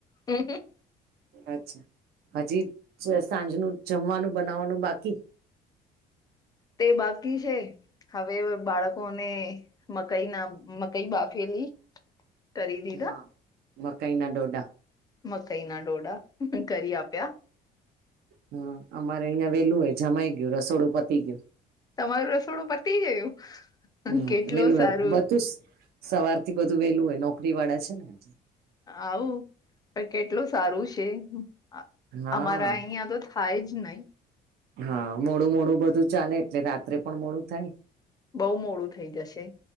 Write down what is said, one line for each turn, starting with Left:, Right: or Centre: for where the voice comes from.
Left: હમ્મ હમ્મ.
Right: અચ્છા. હજી જ સાંજનું જમવાનું બનાવવાનું બાકી?
Left: તે બાકી છે. હવે બાળકોને મકઈના મકઈ બાફેલી કરી દીધા
Right: હા. મકાઈના ડોડા
Left: મકાઈના ડોડા કરી આપ્યા.
Right: હમ્મ, અમારે અહિયાં વેલું હોય, જમાઈ ગ્યું રસોડું પતી ગ્યું.
Left: તમારું રસોડું પતી ગયું? કેટલો
Right: હમ્મ. વેલું
Left: સારું
Right: હોય. બધુ સવારથી બધું વેલું હોય નોકરીવાળા છે ને.
Left: આવું પણ કેટલું સારું છે, અ
Right: હા
Left: અમારા અહીંયા તો થાય જ નહી.
Right: હા, મોડું મોડું બધું ચાલે એટલે રાત્રે પણ મોડું થાય.
Left: બઉ મોડું થઈ જશે